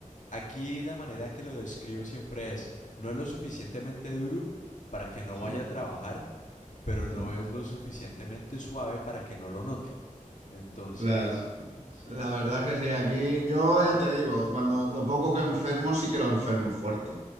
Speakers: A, on the left; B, on the right.
A: aquí la manera que lo describo siempre es, no es lo suficientemente duro para que no
B: sí,
A: vaya a trabajar, pero
B: sí,
A: no es lo suficientemente suave para que no lo note. Entonces,
B: claro.
A: sí.
B: La verdad es que sí, aquí yo ya te digo, cuando lo
A: Ujú.
B: poco que enfermo
A: Mm.
B: sí que lo enfermo fuerte.